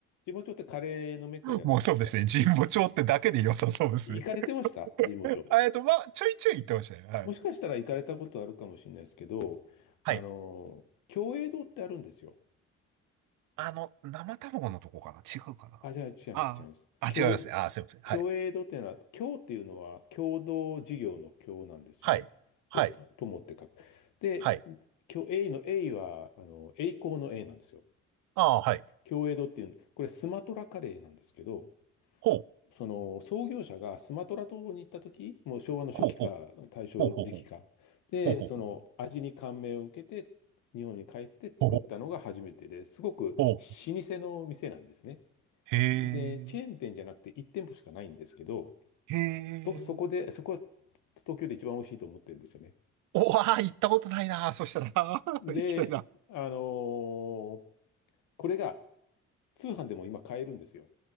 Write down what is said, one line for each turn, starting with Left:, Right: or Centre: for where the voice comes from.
Left: 神保町ってカレーのメッカじゃないですか。
Right: <laughs> もうそうですね。神保町ってだけで良さそうですね。
Left: い、行かれてました神保町。
Right: <laughs> あえっと、まあ、ちょいちょい言ってましたね。はい。
Left: もしかしたら行かれたことあるかもしれないですけど、
Right: はい。
Left: あの、共栄堂ってあるんですよ。
Right: あの、生卵のとこかな違うかなああー。
Left: あ、じゃあ違います、違います。共栄、
Right: あ、違いますね。ああ、すいません。はい。
Left: 共栄度っていうのは、共っていうのは共同事業の共なんですよね。
Right: はい。
Left: と、
Right: はい。
Left: と友って書く。で、
Right: はい。
Left: 共栄の栄は、あの、栄光の栄なんですよ。
Right: ああ、はい。
Left: 共栄度っていう、これスマトラカレーなんですけど、
Right: ほう。
Left: その創業者がスマトラ島に行った時、もう昭和の初期か大正時期か。
Right: ほうほう。ほうほうほう。
Left: で、
Right: ほうほうほう。
Left: その味に感銘を受けて、日本に帰って作ったのが初めてですごく
Right: ほうほうほうほう
Left: 老舗の店なんですね。
Right: へえ。
Left: で、チェーン店じゃなくて1店舗しかないんですけど、
Right: へえ。
Left: 僕そこで、そこは東京で一番美味しいと思ってるんですよね。
Right: おわあ、行ったことないな。そしたら、<laughs> あー行きたいな。
Left: で、あのーこれが通販でも今買えるんですよ。